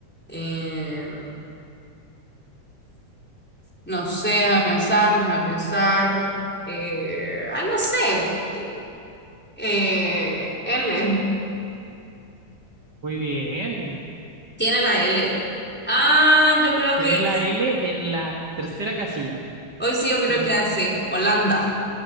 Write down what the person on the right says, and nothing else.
Muy bien.
Tiene
la L en la tercera casilla.
Te la-